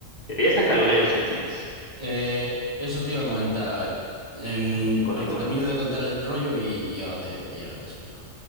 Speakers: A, on the left; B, on the right.
A: E-, Ella está en calor en estos días.
B: Eh, eso te iba a comentar, a ver. em,
A: No, Continúa.
B: bueno, te termino de contar el rollo y, y ahora te, y ahora te explico.